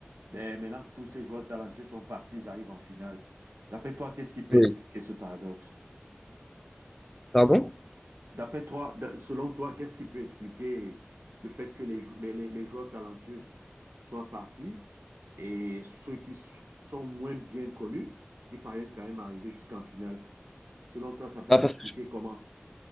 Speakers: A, on the right; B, in the centre.
A: Mais maintenant que tous ces joueurs talentueux sont partis, ils arrivent en finale. D'après toi, qu'est-ce qui peut
B: oui.
A: expliquer ce paradoxe?
B: Pardon?
A: D'après toi, d- selon toi, qu'est-ce qui peut expliquer le fait que les, jou- les, les- les joueurs talentueux soient partis et ceux qui sont moins bien connus, ils parviennent quand même à arriver jusqu'en finale? Selon toi, ça peut
B: Bah,
A: s'expliquer
B: parce que
A: comment?